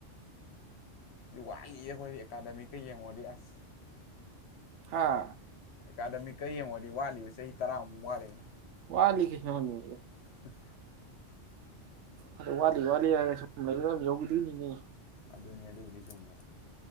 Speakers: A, on the left (about 65°); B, on the right (about 75°).
A: ꯑꯗꯨ ꯋꯥꯠꯂꯤꯌꯦ ꯑꯩꯈꯣꯏꯗꯤ ꯑꯦꯀꯥꯗꯃꯤꯛꯀ ꯌꯦꯡꯉꯨꯔꯗꯤ ꯑꯁ
B: ꯍꯥꯥ
A: ꯑꯦꯀꯥꯗꯃꯤꯛꯀꯩ ꯌꯦꯡꯉꯨꯔꯒꯗꯤ ꯋꯥꯠꯂꯤꯕ ꯆꯍꯤ ꯇꯔꯥꯃꯨꯛ ꯋꯥꯠꯂꯤꯦꯅ
B: ꯋꯥꯂꯤ ꯀꯁꯣꯅꯤ
A: ꯎꯝ
B: ꯑꯗ ꯋꯥꯠꯂꯤ ꯋꯥꯠꯂꯤ ꯍꯥꯏꯔꯒ ꯁꯨꯝ ꯂꯩ ꯑꯗꯨꯝ ꯌꯧꯈꯤꯗꯣꯏꯅꯤꯅꯦ
A: ꯑꯗꯨꯅꯦ ꯑꯗꯨꯕꯨꯗꯤ ꯆꯨꯝꯕ꯭ꯔꯥ